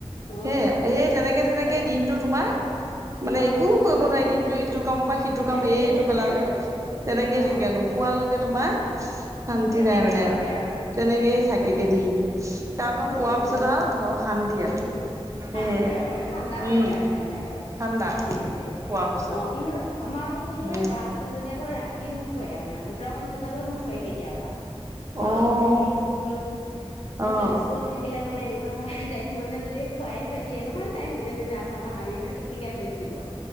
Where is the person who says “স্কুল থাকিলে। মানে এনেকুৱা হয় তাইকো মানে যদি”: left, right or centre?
Left